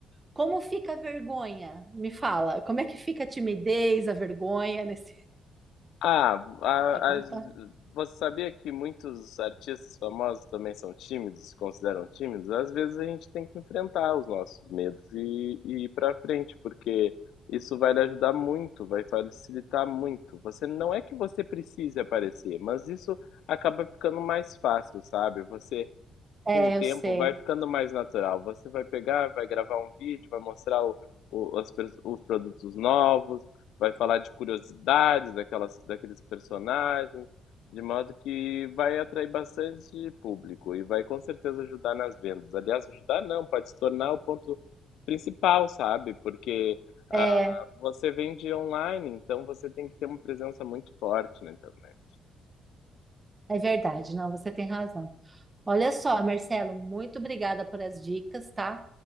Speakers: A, on the right; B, on the left.
A: como fica a vergonha? Me fala, como é que fica a timidez, a vergonha nesse...
B: Ah, a-
A: É, compla...
B: as- você sabia que muitos artistas famosos também são tímidos, se consideram tímidos? Às vezes a gente tem que enfrentar os nossos medos e, e ir pra frente, porque isso vai lhe ajudar muito, vai facilitar muito. Você não é que você precise aparecer, mas isso acaba ficando mais fácil, sabe? Você
A: é,
B: com o tempo
A: eu sei.
B: vai ficando mais natural. Você vai pegar, vai gravar um vídeo, vai mostrar o, o- as pers- os produtos novos, vai falar de curiosidades daquelas, daqueles personagens, de modo que vai atrair bastante público e vai com certeza ajudar nas vendas. Aliás, ajudar não, pode se tornar o ponto principal, sabe? Porque ah,
A: É,
B: você vende online, então você tem que ter uma presença muito forte na internet.
A: é verdade, não, você tem razão. Olha só, Marcelo, muito obrigada por as dicas, tá?